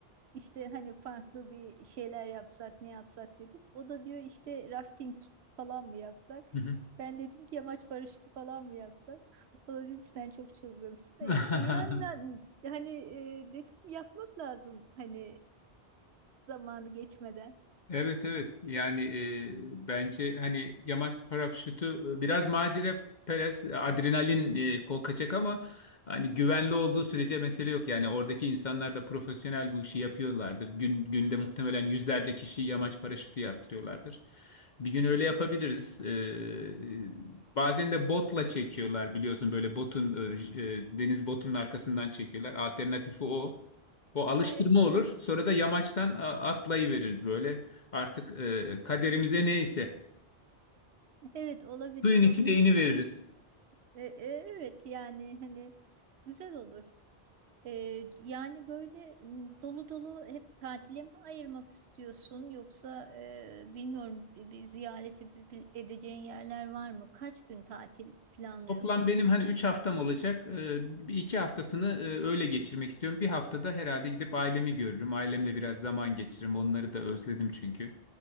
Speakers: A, on the right (about 80°); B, on the left (about 50°).
A: İşte hani farklı bir şeyler yapsak ne yapsak dedim. O da diyor işte rafting falan mı yapsak?
B: Hı
A: Ben dedim ki yamaç paraşütü falan mı yapsak? O da dedi sen çok çılgınsın.
B: hı.
A: E, e, Yani ben-
B: <laughs>
A: hani e, dedim yapmak lazım hani e, zamanı geçmeden.
B: Evet evet yani e, bence hani yamaç paraşütü e, biraz macera perest adrenalin e, kokacak ama hani güvenli olduğu sürece mesele yok. Yani oradaki insanlar da profesyonel bu işi yapıyorlardır. Gün, günde muhtemelen yüzlerce kişi yamaç paraşütü yaptırıyorlardır. Bir gün öyle yapabiliriz. E, e, bazen de botla çekiyorlar biliyorsun böyle botun e, j- e, deniz botunun arkasından çekiyorlar. Alternatifi o. O alıştırma
A: Aa,
B: olur. Sonra da yamaçtan a- atlayıveririz böyle. Artık e, kaderimize neyse
A: Evet <laughs> olabilir
B: suyun içine
A: o da güzel.
B: iğne veririz.
A: E, e, evet yani hani güzel olur. Ee, yani böyle m, dolu dolu hep tatile mi ayırmak istiyorsun yoksa e, bilmiyorum bir, bir ziyaret edip, edeceğin yerler var mı? Kaç gün tatil planlıyorsun?
B: Toplam benim hani 3 haftam olacak. E, iki haftasını e, öyle geçirmek istiyorum. Bir haftada herhalde gidip ailemi görürüm. Ailemle biraz zaman geçiririm. Onları da özledim çünkü.